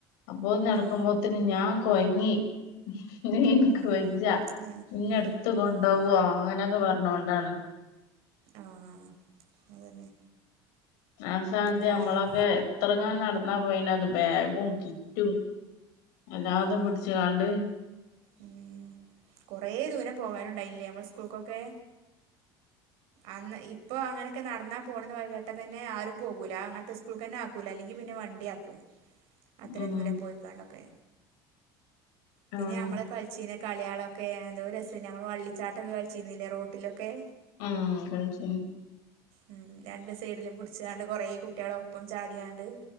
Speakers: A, on the left; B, on the right.
A: അപ്പോ നടക്കുമ്പോത്തന്
B: ആ
A: ഞാൻ കൊയങ്ങി <inaudible> ൻക്ക്
B: ഉം
A: വജ
B: ആ
A: ഇന്നെ എടുത്ത് കൊണ്ടോവോ
B: ഉം
A: തൊക്കെ പറഞ്ഞോണ്ടാണ്
B: ആഹ് അതന്നെ
A: ആ സ്ഥാനത്ത്
B: കാലം
A: നമ്മളൊക്കെ എത്രങ്ങാനും നടന്നാ പോയിനത് ബാഗും കിറ്റും എല്ലാതും
B: ഉം
A: പിടിച്ച കണ്ട്
B: ഉം കുറെ ദൂരം പോകാനുണ്ടായില്ലേ നമ്മള സ്കൂൾക്കൊക്കെ അന്ന് ഇപ്പൊ അങ്ങനെയൊക്കെ നടന്നാ പോകണന്ന് കേട്ടെ തന്നെ ആരും പോകൂല അങ്ങനത്തെ സ്കൂൾ തന്നെ ആക്കൂല അല്ലെങ്കിൽ പിന്നെ വണ്ടി ആക്കും അത്രയും
A: ഉം
B: ദൂരം പോയിക്കാണ്ടൊക്കെ പിന്നെ
A: ആഹ്
B: നമ്മളെ കളിച്ചനെ കളിയാളൊക്കെ എന്തോര് രസേയ്ന്നു നമ്മള് വള്ളിച്ചാട്ടൊക്കെ കളിച്ചിരുന്നില്ലേ റോട്ട് ട്ടിലൊക്കെ
A: ആ കൾച്ചീന്നു
B: ഉം രണ്ട് സൈഡിലും പിടിച്ചാണ്ട് കുറെേ കുട് കുട്ട്യാളൊപ്പം ചാടിയാണ്ട്